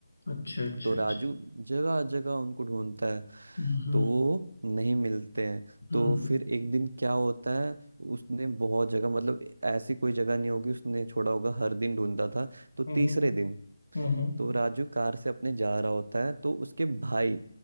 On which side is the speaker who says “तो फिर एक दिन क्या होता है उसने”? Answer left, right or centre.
Right